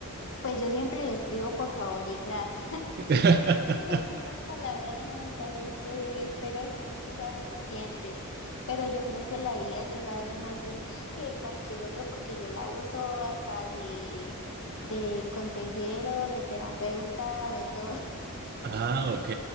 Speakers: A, on the left (about 55°); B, on the right (about 45°).
A: pues yo siempre le escribo por favor y gracias.
B: <laughs>
A: Pues son las palabras mágicas, así que espero que eso sea suficiente. Pero yo creo que la IA ya sabe más de mí que cualquier otro porque yo la uso hasta de, de consejero, de terapeuta, de todo.
B: Ah, ok.